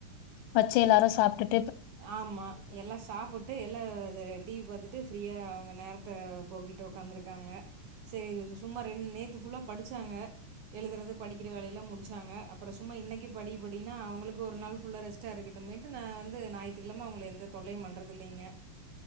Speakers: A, on the left; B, on the right.
A: வச்சு எல்லாரு சாப்டிட்
B: ஆமா எல்லா சாப்பிட்டு எல்லா டி வி பாத்துட்டு ஃப்ரீயா அவங்க நேரத்த போக்கிட் டு உக்காந்திருக்காங்க சரி சும்மா ரெண் நேத்து ஃபுல்லா படிச்சாங்க எழுதுறது படிக்கிற வேலையெல்லாம் முடிச்சாங்க அப்பறோ சும்மா இன்னைக்கு படி படினா அவங்களுக்கு ஒரு நாள் ஃபுல்லா ரெஸ்ட்டா இருக்கட்டுமேன்ட்டு நா வந் கு ஞாயித்துக்கெழம அவங்கள எந்த தொல்லையு பண்றது இல்லைங்க